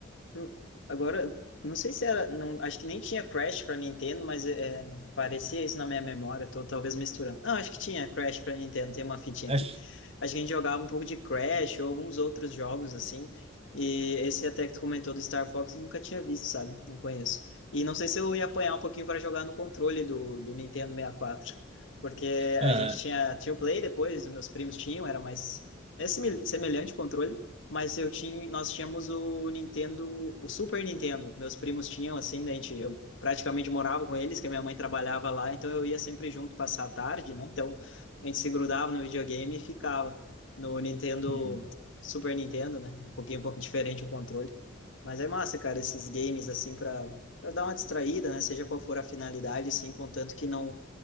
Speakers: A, on the left; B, on the right.
A: Hum, Agora, não sei se era, não, acho que nem tinha Crash para Nintendo, mas é, parecia isso na minha memória, eu tô talvez misturando. Não, acho que tinha Crash para Nintendo, tem uma fitinha
B: Acho...
A: aqui. Acho que a gente jogava um pouco de Crash ou alguns outros jogos assim. E esse até que tu comentou do Star Fox, eu nunca tinha visto, sabe? Não conheço. E não sei se eu ia apanhar um pouquinho para jogar no controle do, do Nintendo 64, porque
B: Ah,
A: a gente tinha, tinha o Play depois, os meus primos tinham, era mais é simil- semelhante o controle mas eu tinha, nós tínhamos o Nintendo, o Super Nintendo. Meus primos tinham assim, daí a gente, eu praticamente morava com eles, que a minha mãe trabalhava lá, então eu ia sempre junto passar a tarde, né? Então a gente se grudava no videogame e ficava no Nintendo,
B: hum,
A: Super Nintendo, né? Um pouquinho co- diferente o controle. Mas é massa, cara, esses games assim para para dar uma distraída, né? Seja qual for a finalidade, assim, contanto que não,